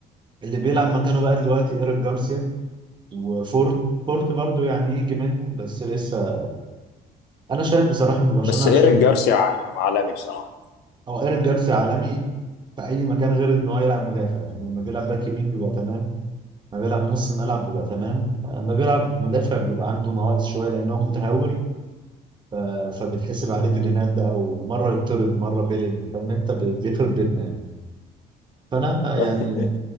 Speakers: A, on the right; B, on the left.
A: اللي بيلعب مكانه بقى دلوقتي ايريك جارسيا وفورت فورت برضو يعني يجي منه بس لسه انا شايف بصراحة ان برشلونة
B: بس ايريك
A: عشان
B: جارسيا عالمي بصراحه
A: هو ايريك جارسيا عالمي في اي مكان غير ان هو يلعب مدافع يعني لما بيلعب باك يمين بيبقى تمام ما بيلعب نص ملعب بيبقى تمام اما بيلعب مدافع بيبقى عنده نواقص شويه لان هو متهور ف... فبتحسب عليه بالينات ده او مره يطرد مره بيلين فاهم انت بي- بيخرب بيتنا يعني فانا
B: <laughs>
A: يعني